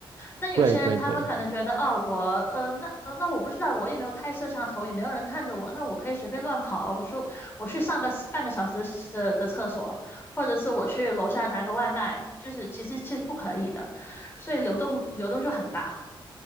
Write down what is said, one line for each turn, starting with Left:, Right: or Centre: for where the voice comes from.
Left: 但有些人他们可能觉得，
Right: 对对对，
Left: 哦，我，呃，那，呃，那我不知道，我也没有开摄像头，也没有人看着我，那我可以随便乱跑，我说我去上个半个小时的的厕所，或者是我去楼下拿个外卖，就是其实其实不可以的，所以流动流动就很大。